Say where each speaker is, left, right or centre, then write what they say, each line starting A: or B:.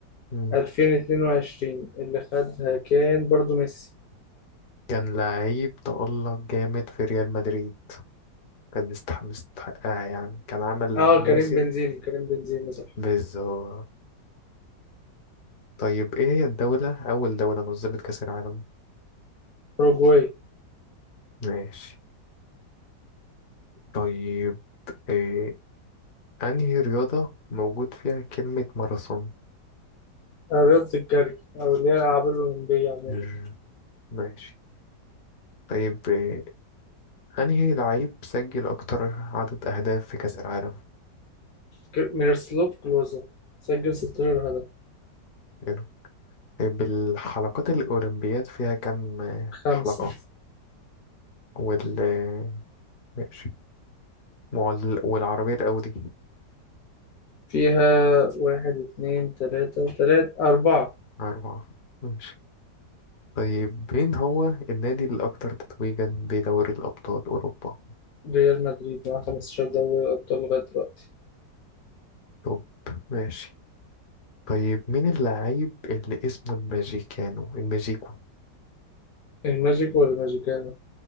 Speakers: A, on the left; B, on the left.
A: مم.
B: 2022 اللي خدها كان برضو ميسي
A: كان لعيب تألق جامد في ريال مدريد كان مستحق مستحقها يعني كان عمل
B: اه
A: موسم
B: كريم بنزيما كريم بنزيما صح
A: بالظبط طيب ايه هي الدولة أول دولة نظمت كأس العالم
B: أوروجواي
A: ماشي طيب إيه أنهي رياضة موجود فيها كلمة ماراثون
B: آه، رياضة الجري أو اللي هي الألعاب الأولمبية عموما
A: مم. ماشي طيب آه، أنهي لعيب سجل أكتر عدد أهداف في كأس العالم؟
B: ك- ميروسلاف كلوزا سجل 16 هدف
A: حلو طيب الحلقات الأولمبياد فيها كم آه،
B: خمسة
A: حلقة؟ وال آه، ماشي وال- والعربية الأودي
B: فيها واحد اتنين تلاتة تلاتة أربعة
A: أربعة ماشي طيب مين هو النادي الأكثر تتويجا بدوري الأبطال أوروبا؟
B: ريال مدريد مع 15 دوري أبطال لغاية دلوقتي
A: طب ماشي طيب مين اللاعب اللي اسمه الماجيكانو الماجيكو
B: الماجيك ولا الماجيكانو